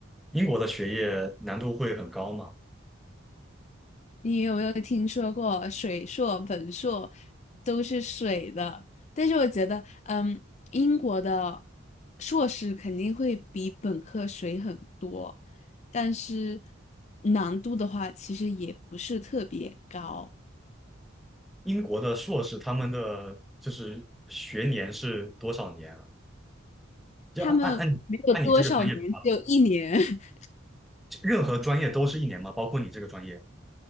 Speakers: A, in the centre; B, on the left.
A: 英国的学业难度会很高吗？
B: 你有没有听说过水硕、本硕都是水的？但是我觉得，嗯，英国的硕士肯定会比本科水很多，但是难度的话，其实也不是特别高。
A: 英国的硕士他们的就是学年是多少年啊？就按按按按你这个专业的话
B: 他们没有多少年，只有一年。<laughs>
A: 任何专业都是一年吗？包括你这个专业？